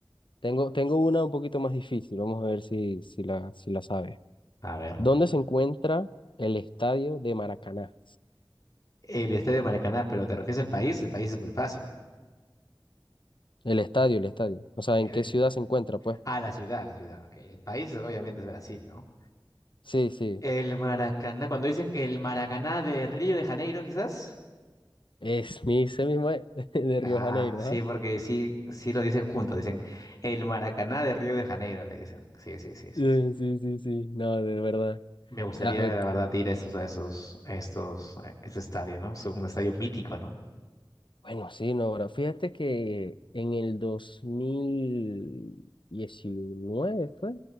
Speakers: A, on the left (about 80°); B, on the left (about 45°).
A: Tengo, tengo una un poquito más difícil, vamos a ver si, si la, si la sabes.
B: A ver.
A: ¿Dónde se encuentra el estadio de Maracaná?
B: El Estadio de Maracaná, pero ¿te refieres al país? El país es muy fácil.
A: El estadio, el estadio. O sea,
B: Eh,
A: ¿en qué ciudad se encuentra, pues?
B: ah, la ciudad, la ciudad, ok. El país obviamente es Brasil, ¿no?
A: Sí, sí.
B: El Maracaná, cuando dicen el Maracaná de Río de Janeiro, quizás.
A: Es mi, ese mismo es, <laughs> de Río
B: Ah,
A: Janeiro,
B: sí,
A: ¿ah?
B: porque sí, sí lo dicen juntos, dicen el Maracaná de Río de Janeiro, le dicen. Sí, sí, sí, sí,
A: Eh,
B: sí.
A: Sí, sí, sí. No, de verdad.
B: Me gustaría,
A: Ah,
B: la verdad, ir a estos, a esos, a estos, a ese estadio, ¿no? Es un estadio mítico, ¿no?
A: Bueno, sí, no, ahora fíjate que en el dos mil diecinueve fue